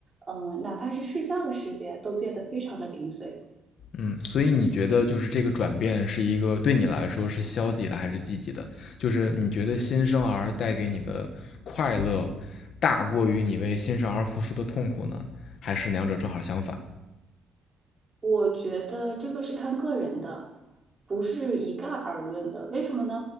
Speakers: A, on the right (about 25°); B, on the left (about 70°).
A: 嗯，哪怕是睡觉的时间都变得非常的零碎。
B: 嗯，所以你觉得就是这个转变是一个对你来说是消极的还是积极的？就是你觉得新生儿带给你的快乐大过于你为新生儿付出的痛苦呢，还是两者正好相反？
A: 我觉得这个是看个人的，不是一概而论的。为什么呢？